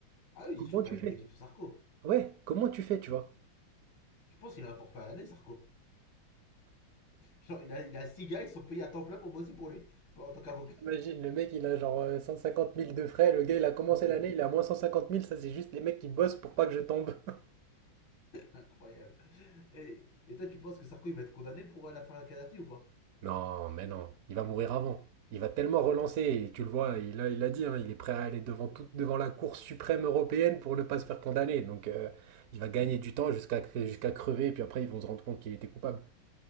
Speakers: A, on the left; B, on the right.
A: Ah oui,
B: Comment
A: c'est sûr, t'as
B: tu
A: une
B: fais?
A: équipe sur Sarko.
B: Ouais, comment tu fais, tu vois?
A: Je pense qu'il a un forfait à l'année, Sarko. Genre, il a, il a six gars, ils sont payés à temps plein pour bosser pour lui, Bon, en tant qu'avocat.
B: Imagine, le mec, il a genre euh, 150 000 de frais. Le gars, il a
A: <laughs>
B: commencé l'année, il a moins 150 000. Ça, c'est juste les mecs qui bossent pour pas que je tombe. <laughs>
A: Incroyable. Et, et toi, tu penses que Sarko, il va être condamné pour euh, la fin de Kadhafi ou pas
B: Non, mais non, il va mourir avant. Il va tellement relancer, et tu le vois, il a, il a dit, hein, il est prêt à aller devant,
A: Euh,
B: tout, devant la Cour suprême européenne pour ne pas se faire condamner. Donc euh, il va gagner du temps jusqu'à jusqu'à crever, et puis après ils vont se rendre compte qu'il était coupable.